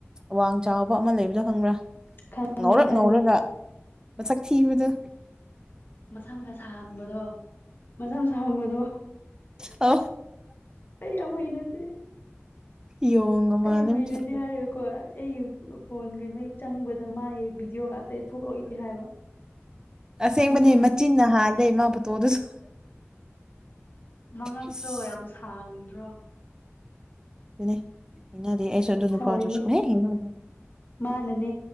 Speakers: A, on the right (about 15°); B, on the left (about 50°).
A: ꯋꯥꯡ ꯆꯥꯎꯕ ꯑꯃ ꯂꯩꯕꯗꯣ ꯈꯪꯕ꯭ꯔꯥ
B: ꯈꯪꯉꯦ
A: ꯉꯧꯔꯛ
B: ꯈꯪꯉꯦ
A: ꯉꯧꯔꯒ ꯃꯁꯛ ꯊꯤꯕꯗ
B: ꯃꯁꯝꯒ ꯁ ꯍꯥꯡꯕꯗꯣ ꯃꯁꯝ ꯁꯥꯡꯥꯡꯕꯗꯣ
A: ꯑ
B: ꯑꯩ ꯌꯥꯝ ꯍꯩꯅꯗꯦ
A: ꯌꯣ ꯉ ꯃꯥꯅ
B: ꯌꯥꯝ ꯍꯩꯅꯗꯦ
A: ꯆ
B: ꯍꯥꯏꯔꯒꯀꯣ ꯀꯣ ꯑꯩ ꯐꯣꯟ ꯀꯩꯅꯣ ꯍꯦꯛ ꯆꯪꯕꯗ ꯃꯥꯥꯏꯌꯦ ꯚꯤꯗꯤꯑꯣ ꯉꯥꯛꯇ ꯊꯣꯛꯂꯛꯏꯦ ꯍꯥꯏꯕ
A: ꯑꯁꯦꯡꯕꯅꯦ
B: ꯃꯁꯝ
A: ꯃꯆꯤꯟꯅ ꯍꯥꯜꯂꯦ ꯃꯥꯕꯨꯠꯇꯣ ꯑꯗꯨꯁꯨ
B: ꯃꯉꯛꯇꯣ
A: ꯑꯁ
B: ꯌꯥꯝ ꯁꯥꯡꯗ꯭ꯔꯣ
A: ꯑꯗꯨꯅꯦ ꯍꯩꯅꯗꯦ ꯑꯩꯁꯨ ꯑꯗꯨ ꯅꯨꯄꯥꯗꯨ
B: ꯁꯥꯎꯅꯤꯡꯉꯤ
A: ꯁꯨꯝꯍꯩ ꯍꯩꯅꯗꯦ
B: ꯃꯥꯅꯅꯦ